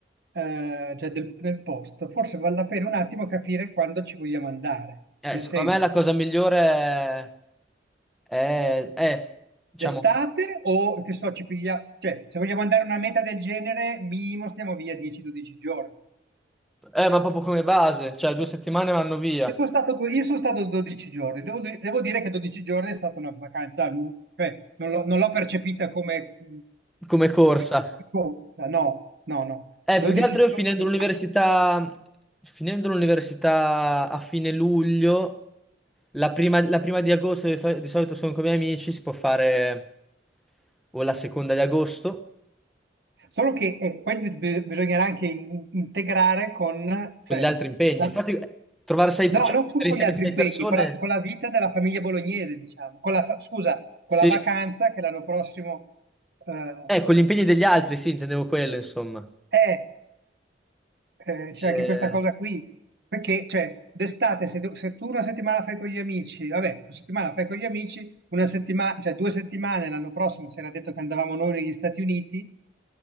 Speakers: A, on the right; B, in the centre.
A: eh, cioè del, del posto, forse vale la pena un attimo capire quando ci vogliamo andare.
B: Eh,
A: Nel
B: secondo
A: senso,
B: me la cosa migliore è... è, è diciamo...
A: d'estate o che so, ci pigliamo, cioè, se vogliamo andare a una meta del genere, minimo stiamo via 10-12 giorni.
B: Eh, ma proprio come base, cioè due settimane vanno via
A: Io sono stato, due- io sono stato 12 giorni, devo, di- devo dire che 12 giorni è stata una vacanza lunga, cioè, non l'ho non l'ho percepita come mh,
B: come corsa.
A: di corsa, no, no, no.
B: Eh,
A: 12
B: più che altro io
A: giorni.
B: finendo l'università, finendo l'università a fine luglio, la prima, la prima di agosto di, sol- di solito sono con i miei amici, si può fare o la seconda di agosto,
A: Solo che eh, poi bi- bi- bisognerà anche in- integrare con, cioè,
B: con gli altri impegni.
A: la-
B: Infatti, eh, trovare sei, pe-
A: no,
B: cioè,
A: non
B: mettere
A: su- con
B: insieme
A: gli altri
B: sei
A: impegni,
B: persone,
A: con la, con la vita della famiglia bolognese, diciamo, con la, fa- scusa, con
B: sì,
A: la vacanza che l'anno prossimo eh,
B: eh, con gli impegni degli altri, sì, intendevo quello, insomma.
A: è, eh, c'è
B: Eh,
A: anche questa cosa qui, perché, cioè, d'estate, se, tu se tu una settimana fai con gli amici, vabbè, una settimana fai con gli amici, una settimana, cioè due settimane l'anno prossimo, si era detto che andavamo noi negli Stati Uniti,